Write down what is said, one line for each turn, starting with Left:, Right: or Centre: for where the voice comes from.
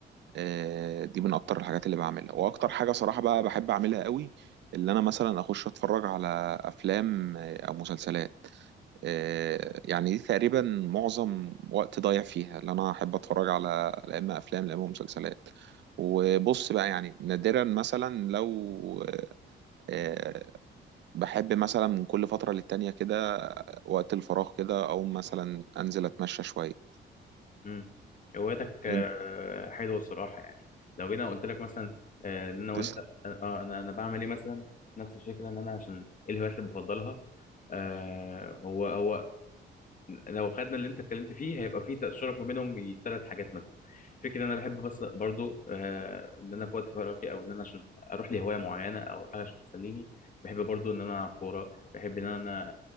Right: آه، دي من اكتر الحاجات اللي بعملها واكتر حاجة صراحة بقى بحب اعملها قوي اللي انا مثلا اخش اتفرج على افلام آه، او مسلسلات آه، يعني دي تقريبا معظم وقت ضايع فيها اللي انا احب اتفرج على لا اما افلام لا اما مسلسلات وبص بقى يعني نادرا مثلا لو آه، بحب مثلا من كل فترة للتانية كده وقت الفراغ كده او مثلا انزل اتمشى شوية
Left: مم. هواياتك آه
Right: انت
Left: حلوة الصراحة يعني لو جينا قلت لك مثلا آه إن أنا وأنت
Right: تسلم
Left: آه أنا أنا بعمل إيه مثلا نفس الفكرة إن أنا عشان إيه الهوايات اللي بفضلها آه هو هو لو خدنا اللي انت اتكلمت فيه هيبقى فيه تشارك ما بينهم ثلاث حاجات مثلا فكرة ان انا بحب بس برضو آه، ان انا في وقت فراغي او ان انا عشان اروح لهواية معينة او حاجة عشان تسليني بحب برضو ان انا العب كورة بحب ان انا